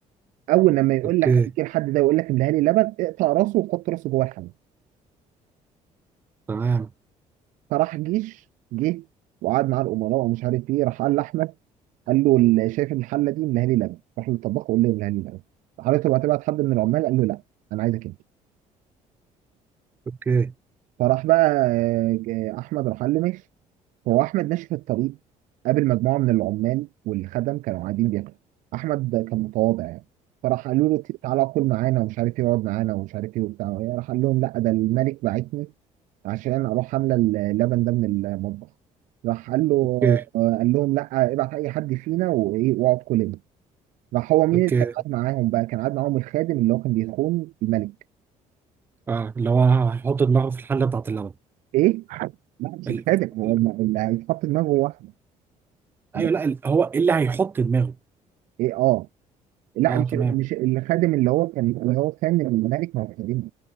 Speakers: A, on the right; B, on the right.
A: اول لما يقول
B: أوكي
A: لك هيجي الحد ده يقول لك املاها لي لبن اقطع راسه وحط راسه جوه الحلة
B: تمام
A: فراح جيش جه وقعد مع الامراء ومش عارف ايه راح قال لاحمد قال له ال- شايف الحله دي منها لي لبن راح للطباخ وقال له منها لي لبن راح قال له طب هتبعت حد من العمال قال له لا انا عايزك انت
B: أوكي
A: فراح بقى آه، ج- احمد راح قال له ماشي فهو احمد ماشي في الطريق قابل مجموعه من العمال والخدم كانوا قاعدين بياكلوا احمد كان متواضع يعني فراح قالوا له تعالى كل معانا ومش عارف ايه اقعد معانا ومش عارف ايه وبتاع راح قال لهم لا ده الملك بعتني عشان اروح عامله اللبن ده من المطبخ راح قال له
B: أوكي
A: آه، قال لهم لا ابعت اي حد فينا وايه واقعد كل يوم راح هو مين
B: أوكي
A: اللي كان قاعد معاهم بقى كان قاعد معاهم الخادم اللي هو كان بيخون الملك
B: آه اللي هو هيحط دماغه في الحلة بتاعت اللبن
A: ايه لا مش
B: ال...
A: الخادم هو
B: ال-
A: الم- اللي هيتحط دماغه واحده لا،
B: أيوه لا ال... هو إيه اللي هيحط دماغه
A: ايه اه لا
B: آه
A: مش
B: تمام
A: مش الخادم اللي هو كان اللي هو كان الملك ما هو خادم